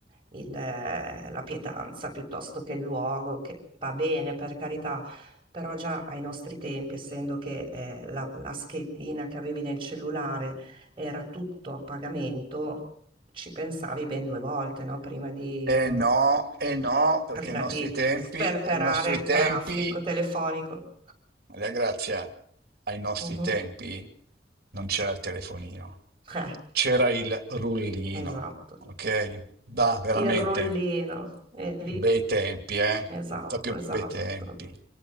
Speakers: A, on the right (about 30°); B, on the right (about 60°).
A: il- la pietanza piuttosto che il luogo, che va bene per carità, però già ai nostri tempi, essendo che eh, la, la schedina che avevi nel cellulare era tutto a pagamento, ci pensavi ben due volte, no? Prima di...
B: Eh no, eh no, perché
A: prima
B: ai nostri
A: di
B: tempi,
A: Sperperare
B: ai nostri
A: il
B: tempi,
A: traffico telefonico.
B: Maria Grazia, ai nostri
A: Mhm.
B: tempi non c'era il telefonino,
A: Eh,
B: c'era il rullino,
A: esatto.
B: ok? Bah, veramente,
A: Il rullino. E
B: bei
A: lì,
B: tempi, eh?
A: esatto,
B: Proprio
A: esatto.
B: bei tempi.